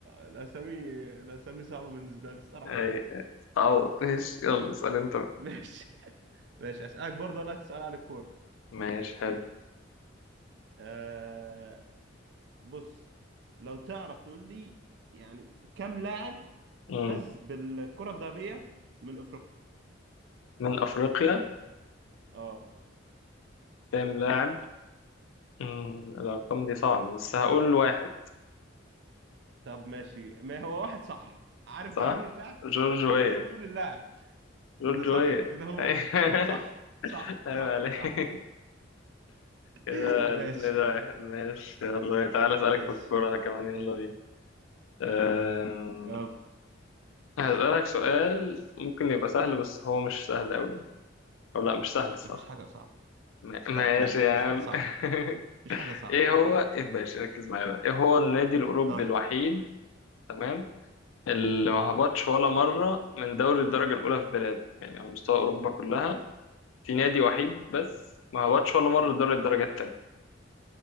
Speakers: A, on the right; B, on the left.
A: الاسامي الاسامي صعبه بالنسبه لي الصراحه
B: أي. تعوض ماشي يلا اسأل أنت بقى.
A: ماشي <laughs> ماشي اسالك برضه انا سؤال عن الكوره
B: ماشي حلو
A: آه بص لو تعرف تقول لي يعني كم لاعب
B: مم.
A: فاز بالكره الذهبيه من افريقيا
B: من أفريقيا
A: اه
B: كام لاعب مم، الأرقام دي صعبة بس هقول واحد
A: طب ماشي ما هو واحد صح عارف
B: صح
A: بقى مين اللاعب
B: جورجوية
A: يعني هو لازم تقول اللاعب
B: جورجوية
A: ايه ده صح ايه ده هو
B: <laughs>
A: <laughs> صح صح
B: أيوة
A: صح
B: عليك
A: صح
B: كده
A: <laughs> ماشي
B: اتنين واحد ماشي يلا تعالى أسألك
A: ماشي
B: في الكورة أنا كمان يلا بينا أه...
A: يلا
B: هسألك سؤال ممكن يبقى سهل بس هو مش سهل أوي أو لا مش سهل الصراحة
A: مفيش حاجة صعبة
B: ما- ماشي
A: طيب ماشي
B: يا عم
A: مفيش حاجة صعبة
B: <laughs>
A: مفيش حاجة صعبة
B: إيه هو إيه باشا ركز معايا بقى إيه هو النادي الأوروبي
A: طيب
B: الوحيد تمام اللي ما هبطش ولا مرة من دوري الدرجة الأولى في بلاده يعني على مستوى أوروبا كلها في نادي وحيد بس ما هبطش ولا مرة لدوري الدرجة التانية